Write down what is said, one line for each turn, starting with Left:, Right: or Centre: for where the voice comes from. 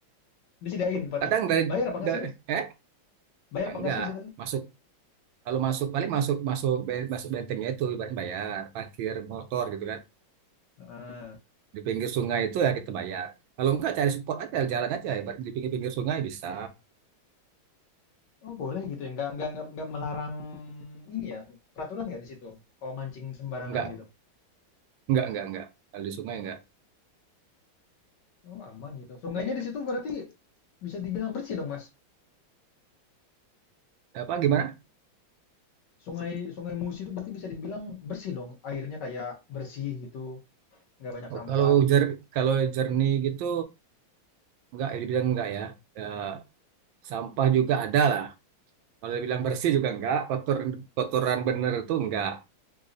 Left: disediain tempatnya?
Right: Kadang dari,
Left: Bayar apa nggak
Right: da-
Left: sih, Mas?
Right: eh
Left: Bayar
Right: ya
Left: apa
Right: enggak
Left: nggak sih di situ tuh?
Right: masuk kalau masuk paling masuk masuk ben- masuk bentengnya itu ibaratnya bayar parkir motor gitu kan
Left: Heeh.
Right: di pinggir sungai itu ya kita bayar. Kalau enggak cari spot aja jalan aja ibarat di pinggir-pinggir sungai bisa.
Left: Oh boleh gitu ya, nggak nggak nggak nggak melarang ini ya peraturan nggak di situ kalau mancing sembarangan
Right: Enggak
Left: gitu.
Right: enggak enggak enggak kalau di sungai enggak.
Left: Oh aman gitu. Sungainya
Right: Iya.
Left: di situ berarti bisa dibilang bersih dong Mas.
Right: Apa gimana?
Left: Sungai Sungai Musi itu berarti bisa dibilang bersih dong. Airnya kayak bersih gitu, nggak banyak
Right: Oh,
Left: sampah.
Right: kalau jer kalau jernih gitu Enggak, dibilang enggak ya. Eh, sampah juga ada lah. Kalau dibilang bersih juga enggak, kotor kotoran bener itu enggak.